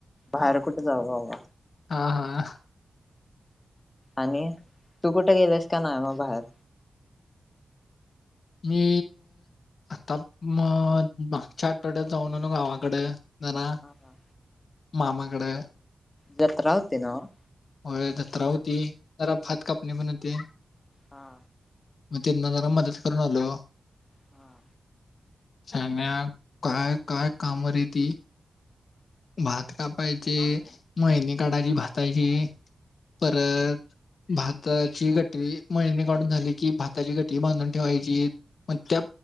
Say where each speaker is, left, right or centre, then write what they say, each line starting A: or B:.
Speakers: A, on the left; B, on the left.
A: बाहेर कुठे जावंव.
B: हा हा.
A: आणि तू कुठे गेलेस का नाही मग बाहेर.
B: मी आता म मागच्या आठवड्यात जाऊन ना गावाकडे. जरा
A: ह ह.
B: मामाकडे.
A: जत्रा होती ना व
B: व्हय जत्रा होती जरा भात कापनी पण होती.
A: हा.
B: मग त्यांना जरा मदत करून आलो..
A: हा.
B: शाण्या काय काय काम रे ती. भात कापायचे मळणी काढायची भाताची परत भाताची घटीळी मळणी काढून झाली की भाताची गटी बांधून ठेवायचीत. मग त्या